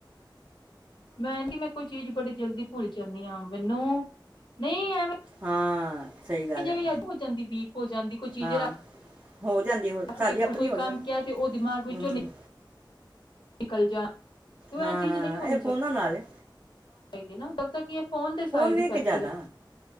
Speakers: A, on the left; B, on the right.
A: ਮੈਂ ਨੀ ਮੈਂ ਕੋਈ ਚੀਜ਼ ਬੜੀ ਜਲਦੀ ਭੁੱਲ ਜਾਂਦੀ ਹਾਂ, ਮੈਨੂੰ ਨਹੀਂ ਐਵੇ
B: ਹਾਂ। ਸਹੀ ਗੱਲ
A: ਜਿਵੇਂ
B: ਹੈ
A: ਯਾਦ ਭੁਲ ਜਾਂਦੀ ਵੀਕ ਹੋ ਜਾਂਦੀ ਕੋਈ ਚੀਜ਼
B: ਹਾਂ
A: ਰ ਰੱਖ
B: ਹੋ ਜਾਂਦੀ ਹੋ ਸਾਡੀ
A: ਕੇ
B: ਆਪਣੀ
A: ਕੋਈ
B: ਹੋ
A: ਕੰਮ
B: ਗਈ
A: ਕਿਹਾ ਤੇ ਉਹ ਦਿਮਾਗ ਵਿੱਚੋਂ
B: ਹੂੰ
A: ਨਿਕ ਨਿਕਲ ਜਾ। ਤੇ ਉਹ
B: ਹਾਂ,
A: ਇਹ ਚੀਜ਼
B: ਹਾਂ
A: ਨਹੀਂ ਹੋਣੀ
B: ਇਹ ਫੋਨਾਂ ਨਾਲ ਏ।
A: ਲੱਗਦਾ ਕਿ ਇਹ ਫੋਨ ਦੇ ਸਾਈਡ
B: ਵੇਖ
A: ਇਫੈਕਟ
B: ਕੇ ਜ਼ਿਆਦਾ
A: ਹੀ